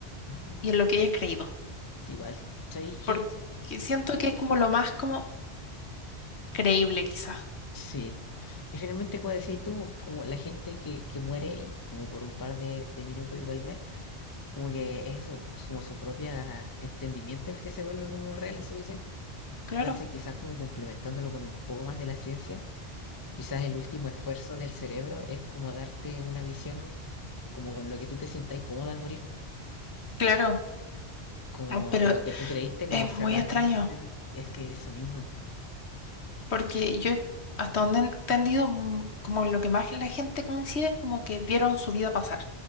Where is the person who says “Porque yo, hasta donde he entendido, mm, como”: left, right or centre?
Left